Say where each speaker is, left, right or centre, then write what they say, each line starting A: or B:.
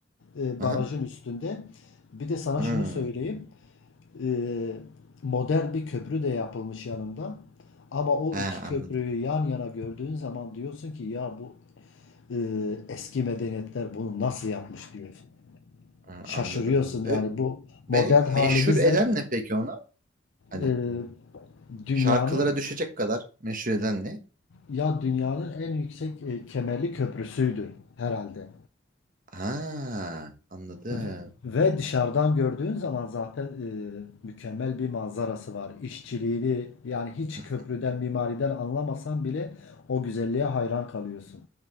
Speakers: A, on the left; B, on the right.
A: E,
B: Aha.
A: barajın üstünde. Bir de sana
B: Hmm.
A: şunu söyleyeyim. Eee, modern bir köprü de yapılmış yanında. Ama o
B: Ha,
A: iki köprüyü
B: anladım.
A: yan yana gördüğün zaman diyorsun ki ya bu eee, eski medeniyetler bunu nasıl yapmış diyorsun.
B: Ha,
A: Şaşırıyorsun
B: anladım.
A: yani
B: E,
A: bu
B: beni
A: modern halimizle
B: meşhur eden ne peki ona? Hani
A: eee, dünyanın
B: şarkılara düşecek kadar meşhur eden ne?
A: ya dünyanın en yüksek e, kemerli köprüsüydü herhalde.
B: Ha, anladım.
A: Ve ve dışarıdan gördüğün zaman zaten e, mükemmel bir manzarası var. İşçiliğini yani hiç
B: Hı.
A: köprüden, mimariden anlamasan bile o güzelliğe hayran kalıyorsun.